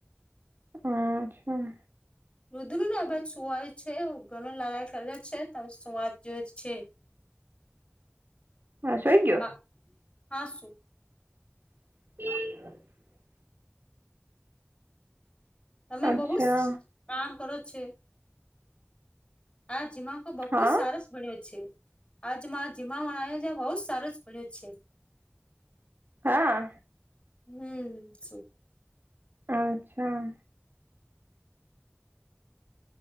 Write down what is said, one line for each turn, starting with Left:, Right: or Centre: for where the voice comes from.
Right: અચ્છા.
Left: રુદ્ર ને આ બાજ સુુંવાય છે ઘણ લારાઈ કરે છે તમે સ્વાદ જો જ છે.
Right: હા સુઈ ગઈ.
Left: હા સું
Right: <inaudible>
Left: તમે
Right: અચ્છા
Left: બહુ કામ કરો છે? આ જીવન તો બહુ
Right: હા
Left: સારુ ભણ્યો છે આજમાં <unintelligible> આવ્યો છે બહુ જ સારો જ ભણ્યો છે.
Right: હા.
Left: હમ્મ શું
Right: અચ્છા.